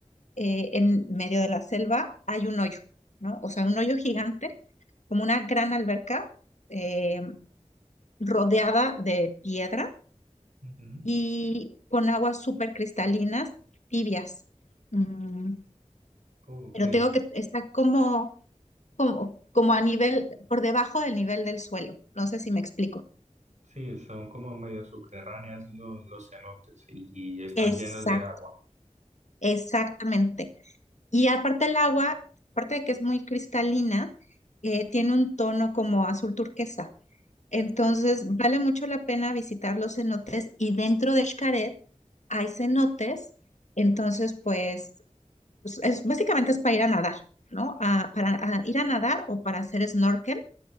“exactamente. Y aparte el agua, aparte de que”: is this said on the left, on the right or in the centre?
Left